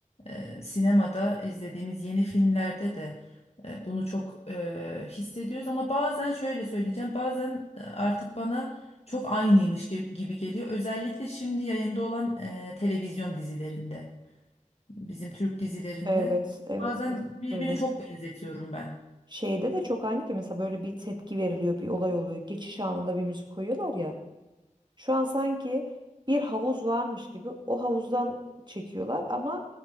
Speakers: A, on the left (about 50°); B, on the right (about 35°).
A: eee, sinemada izlediğimiz yeni filmlerde de eee, bunu çok eee, hissediyoruz. Ama bazen şöyle söyleyeceğim bazen e, artık bana çok aynıymış gibi, gibi geliyor. Özellikle şimdi yayında olan eee, televizyon dizilerinde bizim Türk dizilerinde.
B: Evet, evet
A: Bazen
B: kesinlikle
A: birbirini
B: öyle.
A: çok benzetiyorum ben.
B: Şeyde de çok aynı ki mesela böyle bir tepki veriliyor, bir olay oluyor. Geçiş anında bir müzik koyuyorlar ya. Şu an sanki bir havuz varmış gibi o havuzdan çekiyorlar ama